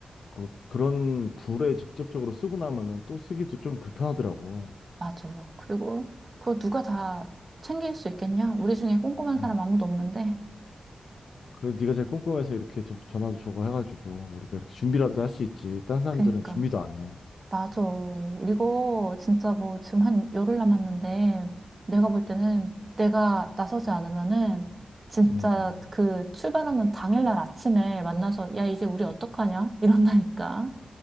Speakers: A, on the left (about 70°); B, on the right (about 35°).
A: 그, 그런 불에 직접적으로 쓰고 나면은 또 쓰기도 좀 불편하더라고.
B: 맞아. 그리고 그거 누가 다 챙길 수 있겠냐? 우리 중에 꼼꼼한
A: 음.
B: 사람 아무도 없는데.
A: 그래도 네가 제일 꼼꼼해서 이렇게 좀 전화도 주고 해가지고 우리가 이렇게 준비라도 할 수 있지. 딴 사람들은
B: 그니까.
A: 준비도 안 해.
B: 맞아. 이거 진짜 뭐 지금 한 열흘 남았는데 내가 볼 때는 내가 나서지 않으면은 진짜
A: 음.
B: 그 출발하는 당일날 아침에 만나서 야, 이제 우리 어떡하냐? 이런다니까.